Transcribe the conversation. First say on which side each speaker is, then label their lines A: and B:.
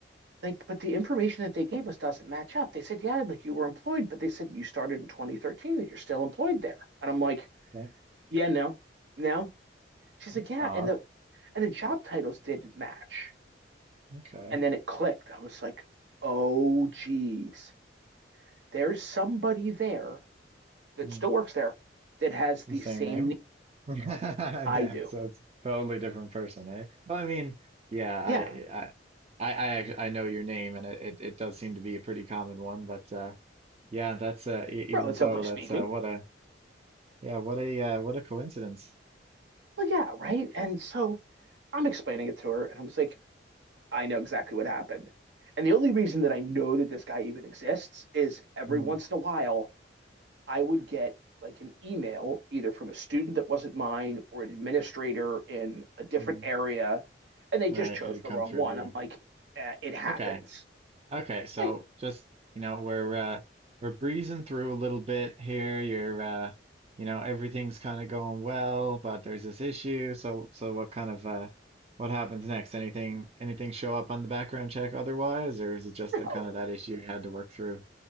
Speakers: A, on the right; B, on the right.
A: like, but the information that they gave us doesn't match up. They said, yeah, like you were employed, but they said you started in 2013 that you're still employed there. And I'm like,
B: That,
A: yeah, no, no. She's
B: that's
A: like, yeah,
B: odd.
A: and the and the job titles didn't match.
B: Okay.
A: And then it clicked. I was like, oh, geez, there's somebody there that
B: Hmm.
A: still works there that has
B: The
A: the
B: same
A: same
B: name?
A: name
B: <laughs> Yeah,
A: I do.
B: so it's totally different person, eh? Well, I mean, yeah, I,
A: Yeah,
B: I, I, I, act- I know your name, and it, it, it does seem to be a pretty common one. But uh, yeah, that's uh, e- even
A: relatively
B: so, that's
A: speaking.
B: uh, what a, yeah, what a, uh, what a coincidence.
A: Well, yeah, right. And so I'm explaining it to her, and I'm just like, I know exactly what happened. And the only reason that I know that this guy even exists is every
B: Hmm.
A: once in a while, I would get like an email either from a student that wasn't mine or an administrator in a different
B: Hmm.
A: area, and they
B: Right,
A: just chose
B: it had
A: the
B: come
A: wrong
B: through
A: one.
B: to you.
A: I'm like, eh, it happens.
B: Okay. Okay, so
A: I
B: just, you know, we're uh we're breezing through a little bit here. You're uh you know, everything's kind of going well, but there's this issue. So so what kind of uh what happens next? Anything anything show up on the background check otherwise, or is it just the
A: no,
B: kind of that issue you had to work through?